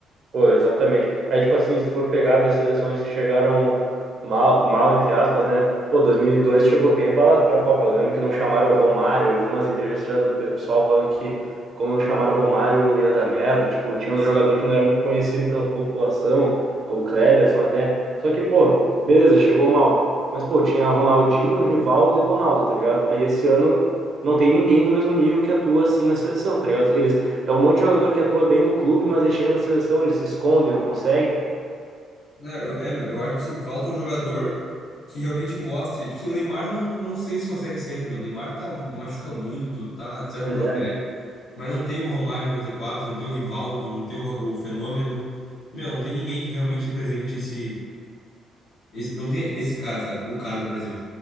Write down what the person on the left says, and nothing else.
Sim.
Não, eu, é, meu, eu acho assim, falta um jogador que realmente mostre. Tipo assim, o Neymar não, não sei se consegue ser ainda, meu. O Neymar tá, machuca muito, tá de certa
forma
velho.
Mas não tem o Romário 94, não tem o Rivaldo, não tem o, Ro- o Fenômeno. Meu, não tem ninguém que realmente represente esse, esse. Não tem esse cara, sabe? O cara do Brasil.